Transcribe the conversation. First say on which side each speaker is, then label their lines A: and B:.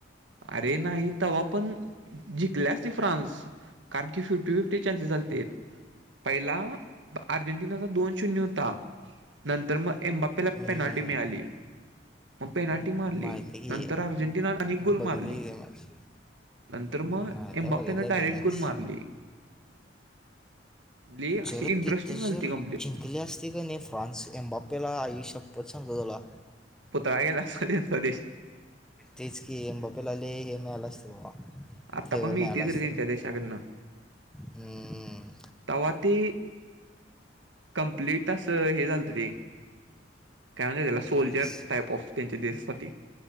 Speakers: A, on the right; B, in the centre.
A: अरे नाही तव्हा पण जंकल्यास त फ्रान्स कारणखी फिफ्टी फिफीचान्सेस लत आहेत पहिला अर्जेंटिनाचा दोन शून्य होता नंतर मग एमबा पला
B: हम्म,
A: पेनाल्टी मिळाली मग पेनाल्टी मारली
B: माहिती की
A: नंतर अर्जेंटिनाने अनेक गुल
B: बघितली
A: मारली
B: की ते मॅच
A: नंतर मग
B: माहिती
A: एमबाप्पेनं
B: आहे बघितलं
A: डायरेक्ट
B: ते मॅच
A: गुोल मारली अ
B: जर
A: इंटरेस्टिंग
B: तिथं
A: झा
B: जर
A: त कंप्
B: जिंकली असते का न नाही फ्रान्सम्बाप्पेला आयुष्यप्पत सांगत झाला
A: पुतळा गेला अस त्यांचा देश
B: तेच की ए बापेलाले हे मिळाला असते बाबा
A: आता
B: फेवर
A: पण मी
B: मिळालं
A: इतीेच
B: असतं
A: रे त्यांच्या देशाकडनं
B: हम्म,
A: तव्हा ते कमप्लट तास हे झालत ते काय म्हण त्याला सोल्जर
B: तेच
A: टाप ऑफ त्यांच्या देशसासाठी